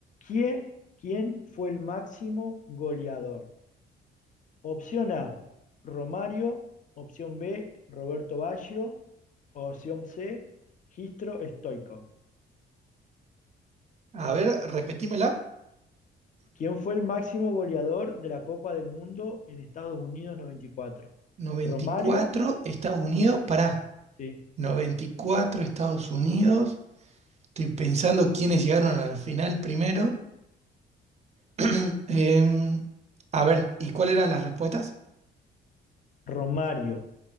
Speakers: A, on the left; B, on the right.
A: ¿Quién, quién fue el máximo goleador? Opción A, Romario. Opción B, Roberto Baggio. Opción C, Gistro Stoichkov.
B: a ver, repetímela.
A: ¿Quién fue el máximo goleador de la Copa del Mundo en Estados Unidos 94?
B: Noventa
A: ¿Romario?
B: y cuatro Estados Unidos, pará.
A: Sí.
B: noventa y cuatro Estados Unidos. Estoy pensando quiénes llegaron a la final primero. <clears throat> Em, a ver, ¿y cuáles eran las respuestas?
A: ¿Romario,